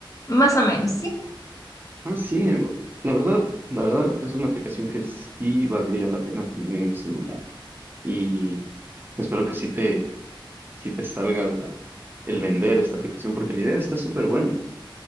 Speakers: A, on the left; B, on the right.
A: Más o menos, sí.
B: Ah, sí, la verdad, la verdad es una aplicación que sí valdría la pena tener en el celular. y espero que sí te, sí te salga la, el vender esta aplicación porque la idea está súper buena.